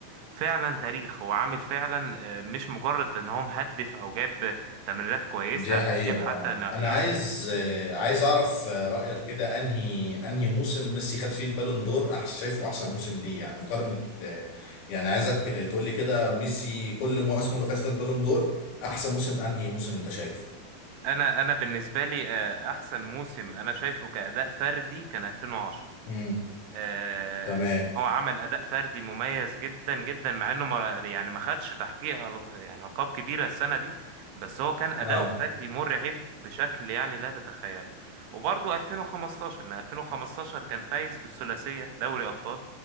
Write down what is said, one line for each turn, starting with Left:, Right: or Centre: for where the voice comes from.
Right: فعلا تاريخ هو عامل فعلا آه، مش مجرد ان هو مهدف او جاب تمريرات كويسة
Left: دي حقيقة
Right: وجاب حتى
Left: آه.
Right: أنا
Left: انا
Right: يعني
Left: عايز آه، عايز اعرف آه، رأيك كده انهي انهي موسم ميسي خد فيه البالون دور أح شايفه احسن موسم ليه يعني مقارنة آه، يعني عايزك آه، تقول لي كده ميسي كل مواسمه اللي خد فيها البالون دور احسن موسم انهي موسم انت شايفه
Right: أنا أنا بالنسبة لي آه، أحسن موسم أنا شايفه كأداء فردي كان 2010
Left: امم
Right: آه،
Left: تمام
Right: هو عمل اداء فردي مميز جدا جدا مع انه ما يعني ما خدش تحقيق أل- يعني القاب كبيره السنه دي بس هو كان اداؤه
Left: اه
Right: الفردي مرعب بشكل يعني لا تتخيله وبرضه 2015 ان 2015 كان فايز بالثلاثيه دوري ابطال